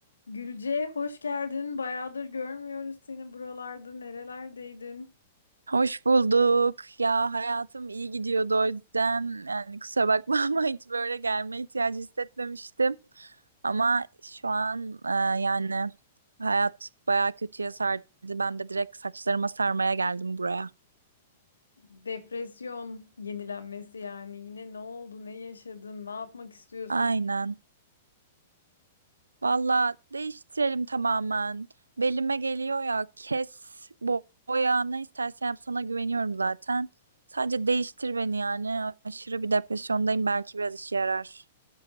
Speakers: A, on the left; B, on the right.
A: Gülce hoş geldin. Bayağıdır görmüyoruz seni buralarda. Nerelerdeydin?
B: Hoş bulduk. Ya hayatım iyi gidiyordu o yüzden yani kusura bakma <laughs> ama hiç böyle gelme ihtiyacı hissetmemiştim. Ama şu an e, yani hayat bayağı kötüye sardı. Ben de direkt saçlarıma sarmaya geldim buraya.
A: Depresyon yenilenmesi yani. Yine ne oldu? Ne yaşadın? Ne yapmak istiyorsun?
B: Aynen. Valla değiştirelim tamamen. Belime geliyor ya kes bo- boya ne istersen yap sana güveniyorum zaten. Sadece değiştir beni yani. Aşırı bir depresyondayım belki biraz işe yarar.